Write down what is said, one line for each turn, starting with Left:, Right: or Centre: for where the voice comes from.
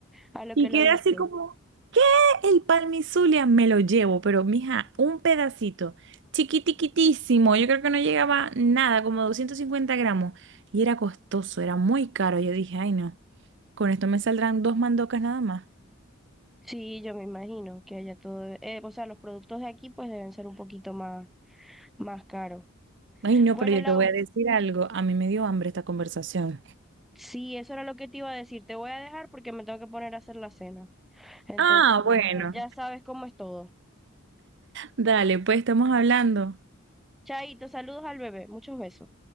Centre: a lo
Right: Y
Centre: que
Right: quedé
Centre: lo viste.
Right: así como, ¿qué? El Palmizulia me lo llevo, pero mija, un pedacito, chiquitiquitísimo, yo creo que no llegaba nada, como 250 gramos, y era costoso, era muy caro. Yo dije, ay no, con esto me saldrán dos mandocas nada más.
Centre: Sí, yo me imagino que allá todo, eh, o sea, los productos de aquí pues deben ser un poquito más, más caros.
Right: Ay no,
Centre: Bueno,
Right: pero yo
Centre: Lau,
Right: te voy a decir algo, a mí me dio hambre esta conversación.
Centre: sí, eso era lo que te iba a decir, te voy a dejar porque me tengo que poner a hacer la cena. Entonces,
Right: Ah,
Centre: bueno,
Right: bueno,
Centre: ya, ya sabes cómo es todo.
Right: dale, pues estamos hablando.
Centre: Chaito, saludos al bebé, muchos besos.